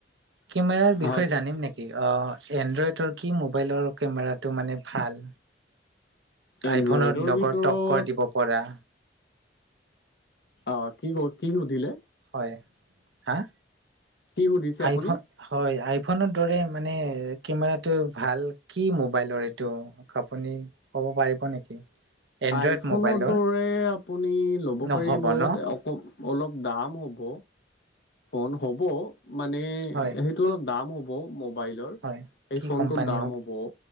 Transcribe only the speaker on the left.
হয়
এনড্ৰইডৰ
ভিতৰত
অঁ কি ক কি সুধিলে?
কি সুধিছে
আপুনি
আইফোনৰ
দৰে আপুনি ল'ব
পাৰিব অঁ
অলপ দাম হ'ব। ফোন হ'ব মানে
সেইটো অলপ দাম হ'ব। মবাইল ৰ
সেই
ফোনটো
দাম হ'ব।